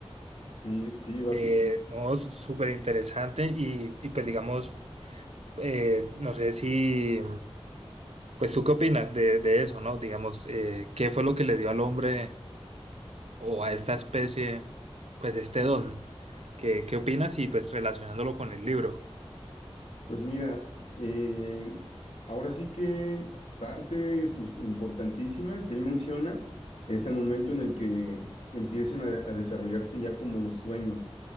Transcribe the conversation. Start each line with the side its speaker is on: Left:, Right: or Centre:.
Left: sí, sí, básicamente.
Right: Eh, no, s- súper interesante y, y pues digamos, eh, no sé si, pues tú qué opinas de, de eso, ¿no? Digamos, eh, ¿qué fue lo que le dio al hombre? o a esta especie, pues este don. ¿Qué, qué opinas? Y pues relacionándolo con el libro.
Left: Pues mira, eh, ahora sí que parte sus- importantísima que él menciona es el momento en el que empiezan a, a desarrollarse ya como los sueños.